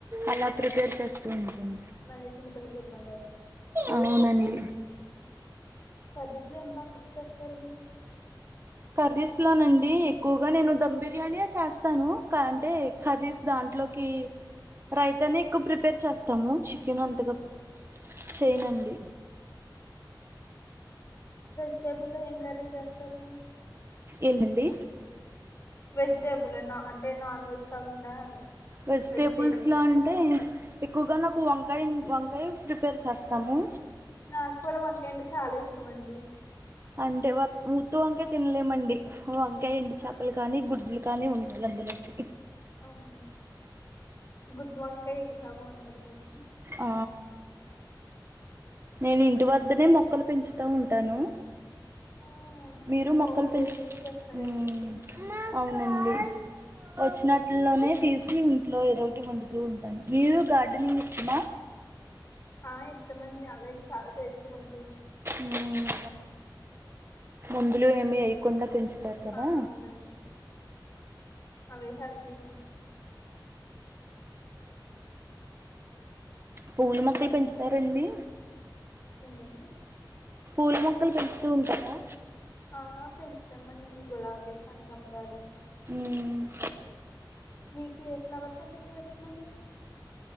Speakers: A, on the right; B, on the left.
A: అలా ప్రిపేర్
B: మ్మ్.
A: చేస్తూ ఉంటాం
B: మళ్ళీ చిన్నపిల్లకి ఇబ్బంది అయిపోద్ది
A: అవునండి
B: కరిస్లేం బా కుక్ చేస్తారండి
A: కర్రీస్ లోనండి ఎక్కువుగా నేను ధమ్ బిర్యానియే చేస్తాను కా అంటే కర్రీస్ దాంట దాంట్లోకి రైతానే ఎక్కువ ప్రిపేర్ చేస్తాము నేను అంతగా చేయనుండి
B: స్టేబుల్లో లో ఎం కర్రీ చేస్తారు
A: ఏంటండి
B: వెజిటేబుల్నా అంటే నాన్ వెజ్ కాకుండా
A: వెజిటేబుల్స్లో
B: వెజిటేరియన్
A: అంటే ఎక్కువగా నాకు వంకాయ వంకాయ ప్రిపేర్ చేస్తాము
B: నాకు కూడా వంకాయ అంటే చాలా ఇష్టము అండి
A: అంటే వుత్తు వంకాయ తినలేమండి వంకాయ ఎండు చేపలు
B: ఆ
A: కానీ గుడ్డులు కానీ ఉండాలి అందులోకి
B: అవు గుత్ వంకాయి ఇంకా బాగుంటది కదండి
A: ఆ నేను ఇంటి వద్దనే మొక్కలు పెంచుతా ఉంటాను
B: ఆ
A: మీరు
B: హోమ్
A: మొక్కలు పెంచ
B: రెమెడీస్ చేస్తారండి
A: హ్మ్
B: అయితే
A: అవునండి వచ్చినట్లోనే తీసి ఇట్లో ఏద ఒకటి వంతూ ఉంటాను మీరు గార్డెనింగ్ ఇష్టమా
B: ఆ ఇష్టమండి అవి చాలా టేస్ట్ ఉంటాయి
A: మ్మ్ ముందులు ఏమి అయ్యకుండా పెంచుతారు కదా
B: ఆ అవునండి అవే హెల్తీ
A: పూల మొక్కలు పెంచుతారండి
B: అంతం
A: పుల మొక్కలు పెంచుతు ఉంటరా
B: ఆ పెంచుతామండి గులాబీ కనకంబరాలు
A: మ్మ్
B: మీకు ఏ ఫ్లవర్స్ అంతా ఎక్కువ ఇష్టమండి